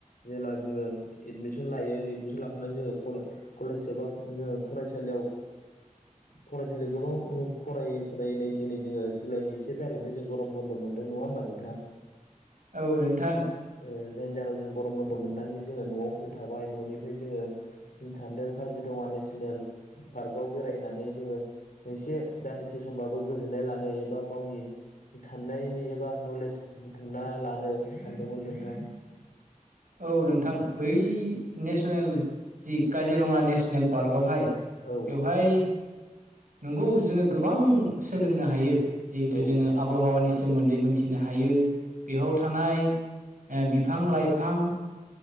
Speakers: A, on the left (about 85°); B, on the right (about 75°).
A: जेब्ला जोङो एदमिसन लायो एदमिसन लाखनानै जोङो कलेज एबा जोङो फरायसालियाव फरायसालियाव गोबां फरायै फरायै नै दिनै जोङो जुलाइनि से थारिखनिफ्राय जों गरम बन्द' मोनदों नङा होमबा नोंथां
B: औ नोंथां
A: ओ जायनि जाहोनाव जों गरम बन्द' मोननानै जोङो न'आव फै थाबाय न'निफ्राय जोङो सानदों काजिरङा नेसनेल पार्कव बेरायनानै जोङो एसे दान्दिसे समबाबो गोजोननाय लानो एबा गावनि साननायनि एबा नलेज बुथुमना लानो सानदोंमोन नोंथां
B: औ नोंथां बै नेसनेल जि काजिरङा नेसनेल पार्कआवहाय बेवहाय
A: औ
B: नंगौ जोङो गोबां सोलोंनो हायो जिहेथु
A: औ
B: जोङो आबहावानि सायाव सोमोन्दै मिथिनो हायो बेयाव थानाय बिफां लाइफां